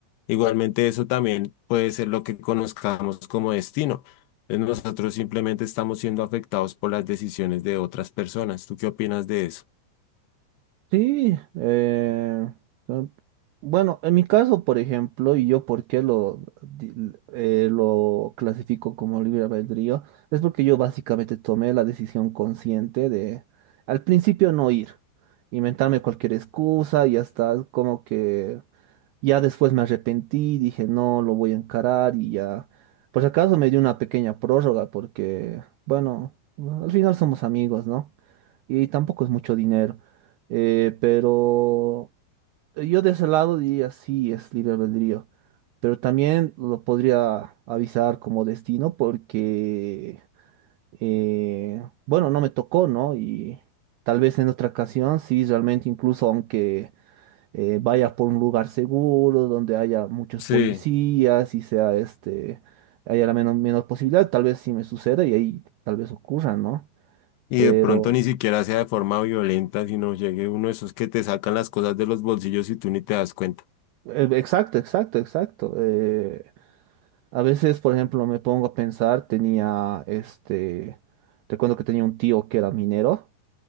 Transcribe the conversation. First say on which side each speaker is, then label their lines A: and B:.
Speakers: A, on the left; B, on the right.
A: Igualmente eso también puede ser lo que conozcamos como destino. Entonces, Nosotros simplemente estamos siendo afectados por las decisiones de otras personas. ¿Tú qué opinas de eso?
B: Sí, eh, eh, bueno, en mi caso, por ejemplo, y yo por qué lo, di- eh, lo clasifico como libre albedrío, es porque yo básicamente tomé la decisión consciente de al principio no ir, inventarme cualquier excusa y hasta como que ya después me arrepentí, dije, no, lo voy a encarar y ya. Por si acaso me dio una pequeña prórroga porque, bueno, al final somos amigos, ¿no? Y tampoco es mucho dinero. Eh, pero yo de ese lado diría, sí, es libre albedrío. Pero también lo podría avisar como destino porque, eh, bueno, no me tocó, ¿no? Y tal vez en otra ocasión, sí, realmente incluso aunque eh, vayas por un lugar seguro, donde haya muchos
A: Sí.
B: policías y sea este, haya la menos, menos posibilidad, tal vez sí me suceda y ahí tal vez ocurra, ¿no?
A: Y
B: Pero,
A: de pronto ni siquiera sea de forma violenta, sino llegue uno de esos que te sacan las cosas de los bolsillos y tú ni te das cuenta.
B: eh, exacto, exacto, exacto. eh, a veces, por ejemplo, me pongo a pensar, tenía este, recuerdo que tenía un tío que era minero.